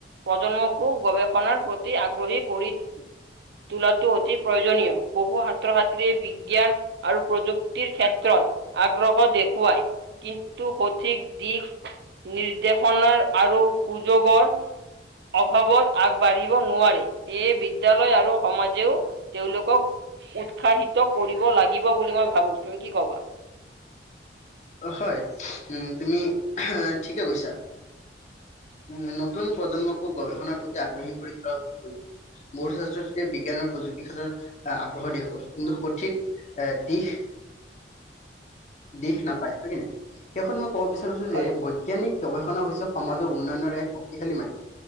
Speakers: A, on the right (about 65°); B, on the left (about 40°).
A: প্ৰজন্মকো গৱেষণাৰ প্ৰতি আগ্ৰহী কৰি তোলাটো অতি প্ৰয়োজনীয়। বহু সাত্ৰ-সাত্ৰীয়ে বিজ্ঞান আৰু প্ৰযুক্তিৰ ক্ষেত্ৰত আগ্ৰহ দেখুৱায়। কিন্তু সঠিক দিশ নিৰ্দেশনাৰ আৰু সুযোগৰ অভাৱত আগবাঢ়িব নোৱাৰে। সেয়ে বিদ্যালয় আৰু সমাজেও তেওঁলোকক উৎসাহিত কৰিব লাগিব বুলি মই ভাবো। তুমি কি কবা?
B: অ' হয়। উম, তুমি অহ ঠিকে কৈছা। উম, নতুন প্ৰজন্মকো গৱেষণাৰ প্ৰতি আগ্ৰহী কৰি তোলাৰ অতি প্ৰয়োজন। বহুতো ছাত্ৰ-ছাত্ৰীয়ে বিজ্ঞান আৰু প্ৰযুক্তিৰ ক্ষেত্ৰত আহ আগ্ৰহ দেখুওৱায়, কিন্তু সঠিক এ দিশ, দিশ নাপায়, হয় কি নাই? শেষত মই ক'ব বিচাৰিছো
A: হয়,
B: যে, বৈজ্ঞানিক গৱেষণা হৈছে সমাজৰ উন্নয়নৰ এক শক্তিশালী মাধ্যম।